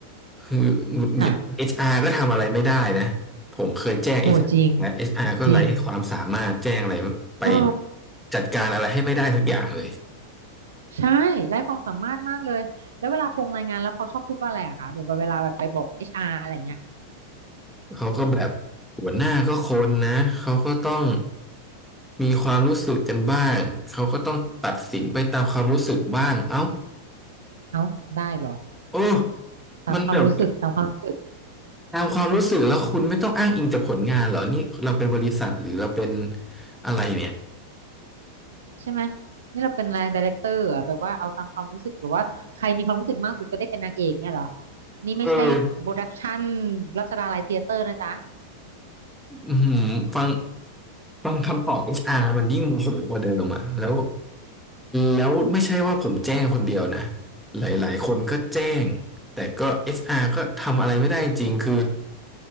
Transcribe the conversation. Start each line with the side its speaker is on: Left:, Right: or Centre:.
Centre: คือหงุดหงิดเอชอาร์ก็ทำอะไรไม่ได้นะ
Right: ค่ะ
Centre: ผมเคยแจ้งเอชอาร์และเอชอาร์ก็ไร้ความสามารถแจ้งอะไรไป
Right: โหจริงจริงเออ
Centre: จัดการอะไรให้ไม่ได้สักอย่างเลย
Right: ใช่ไร้ความสามารถมากเลยแล้วเวลาพงรายงานแล้วเขาชอบพูดว่าอะไรอะคะแบบว่าเวลาแบบไปบอกเอชอาร์อะไรเงี้ย
Centre: เขาก็แบบหัวหน้าก็คนนะเขาก็ต้องมีความรู้สึกกันบ้างเขาก็ต้องตัดสินไปตามความรู้สึกบ้างเอ้า
Right: เอ้าได้เหรอ
Centre: โอ้
Right: ตามความรู้สึกตามความรู้สึก
Centre: มันแบบ ตามความรู้สึกแล้วคุณไม่ต้องอ้างอิงจากผลงานเหรอนี่เราเป็นบริษัทหรือเราเป็นอะไรเนี่ย
Right: ใช่ไหมนี่เราเป็นอะไรดีเรคเตอร์อะแบบว่าเอาตามความรู้สึกแบบว่าใครมีความรู้สึกมากสุดก็ได้เป็นนางเอกเนี่ยเหรอนี่ไม่ใช่โปรดักชัน
Centre: เออ
Right: รัชดาลัยเธียเตอร์นะจ๊ะ
Centre: อืมฟังฟังคำตอบเอชอาร r มันยิ่งโมโหกว่าเดิมอ่ะแล้วแล้วไม่ใช่ว่าผมแจ้งคนเดียวนะหลาย ๆ คนก็แจ้งแต่ก็เอชอาร r ก็ทำอะไรไม่ได้จริงคือ